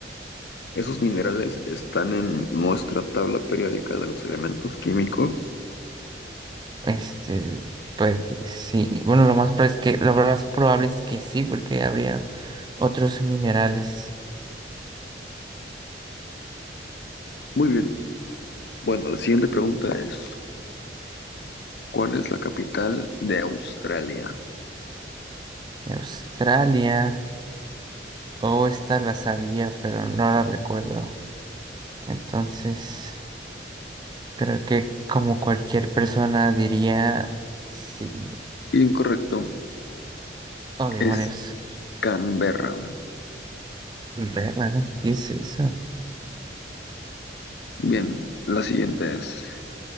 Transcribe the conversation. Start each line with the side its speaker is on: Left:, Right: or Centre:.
Left: Esos minerales están en nuestra tabla periódica de los elementos químicos.
Right: Este, pues que sí. Bueno, lo más probable es que, lo más probable es que sí, porque habría otros minerales
Left: Muy bien. Bueno, la siguiente pregunta es, ¿cuál es la capital de Australia?
Right: de Australia. O esta la sabía, pero no la recuerdo. Entonces, creo que como cualquier persona diría Sydney.
Left: Incorrecto,
Right: Oh, demonios.
Left: es Canberra.
Right: Verga, ¿no? ¿Qué es eso?
Left: Bien, la siguiente es,